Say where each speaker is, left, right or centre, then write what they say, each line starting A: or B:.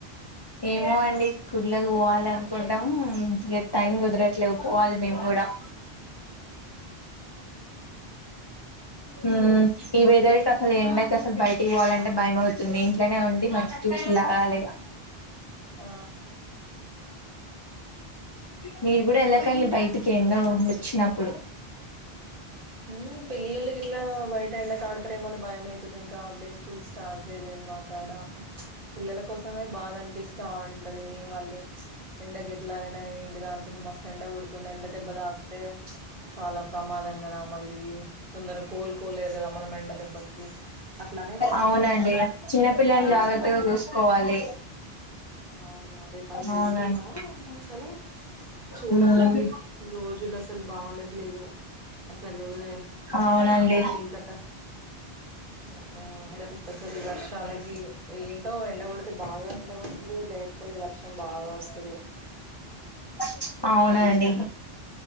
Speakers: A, on the left (about 30°); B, on the right (about 55°).
A: ఏమో అండి స్కూల్లోకి పోవాల అనుకుంటాము మీరు టైం కుదరట్లే పోవాలి మేము కూడా మ్మ్ ఈ వెదరికి అసల్ ఎండకి అసలు బయటికి వోవాలంటే భయం అవుతుంది ఇంట్లోనే ఉండి మంచి జూస్ లాగలిగా
B: ఆ
A: నేం గూడా యెల్ల కానీ బయటికి ఎండ ఉండొచ్చినప్పుడు
B: మ్మ్ పిల్లలు ఇట్లా బయట ఎండ కా ఆడుతారేమోని భయమైతుంది. ఇంకా ఆఫ్ డే స్కూల్ స్టార్ట్ చేయలేదు మా కాడ ప్చ్ పిల్లల కోసమే బాధ అనిపిస్తాంటది. మళ్ళీ ప్చ్ ఎండకి ఎట్లాయినా ఏంటిద అనిపి మస్తు ఎండకొడుతుంది ఎండ దెబ్బ తాకితే ప్చ్ చాలా, ప్రమాదం గదాం మళ్ళీ తొందరగా కోలుకోలేరు కదా మనం ఎండ దెబ్బకి అట్లానే
A: అవునండి చిన్నపిల్లని
B: బాగేస్తా
A: జాగ్రత్తగా
B: ఉంటరు.
A: చూసుకోవాలి
B: అవును అదే పని చేస్తున్నా
A: అవునండి
B: కాని చూడాలండి
A: మ్మ్
B: రోజులు అసలు బాగుండట్లేదు. అస్సలూదే
A: అవునండి
B: ఎల్ దట మ్మ్ ఎడ తెరపి వర్షాలగి ఏంటో ఎండగొడితే బాగా ఎండకొడుతుంది లేకపోతే వర్షం బాగా వస్తది.
A: ప్చ్ అవునండి